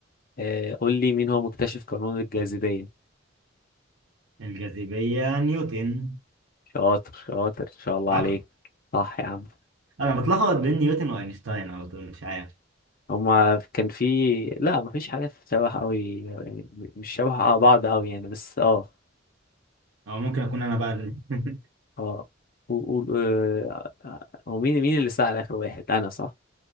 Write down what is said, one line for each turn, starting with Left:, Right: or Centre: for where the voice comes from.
Left: آه قول لي مين هو مكتشف قانون الجاذبية
Right: الجاذبية نيوتن
Left: شاطر شاطر ان شاء الله
Right: صح؟
Left: عليك صح يا عم
Right: أنا بتلخبط بين نيوتن وأينشتاين على طول مش عارف
Left: هما كان في لا مفيش حاجة شبه أوي مش شبه بعض أوي يعني بس اه
Right: أو ممكن أكون أنا بقى ال- <laughs>
Left: اه و... و... آه، هو مين مين اللي سأل آخر واحد أنا صح؟